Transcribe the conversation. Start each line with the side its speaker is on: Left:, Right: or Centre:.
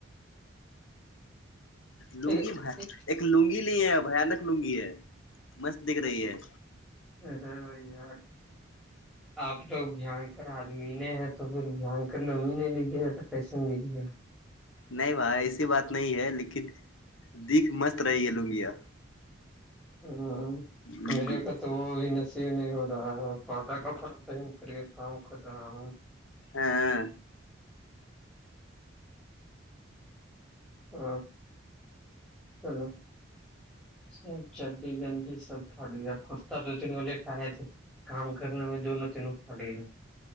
Left: لگی
Centre: ٹھیک ہے،
Left: بھر ایک لنگی نہیں ہے بانک لنگی ہے مست دکھ رہی ہے
Centre: ا رہے بی آیاٹ
Left: ج
Centre: آپ لوگ بھیانک آدمی نہیں ہے تو پھر بھیانکر لو ہی نہیں لیجیے گ تو پیسا لیجیے گا
Left: نہیں بھائی ایسی بات نہیں ہے لیکن دکھ مست رہی ہے لگیا
Centre: ہاں
Left: ہ
Centre: مری تو وہ ابھی نصیب نہیں ہو رہا ہے فاٹا کپڑا پہن کر کے کام کر رہا ہوں
Left: ہاں
Centre: ہاں چلو س چڈی گنجی سب پٹویا کستا دو تین والے کا ہے تھ کام کرنا میں دونوں تینوں فاٹی گ